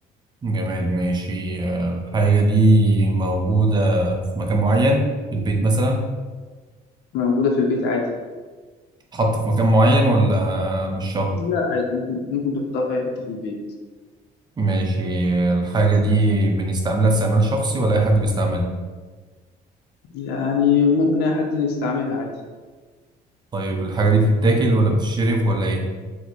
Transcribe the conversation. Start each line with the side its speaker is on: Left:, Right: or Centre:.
Right: جماد ماشي آه، الحاجة دي موجودة في مكان معين في البيت مثلا
Left: موجوده في البيت عادي
Right: حط في مكان معين ولا مش شرط
Left: لا عادي ممكن ممكن تحطها في اي حته في البيت
Right: ماشي الحاجة دي بنستعملها استعمال شخصي ولا أي حد بيستعملها
Left: يعني ممكن اي حد يستعملها عادي
Right: طيب الحاجة دي بتتاكل ولا بتتشرب ولا إيه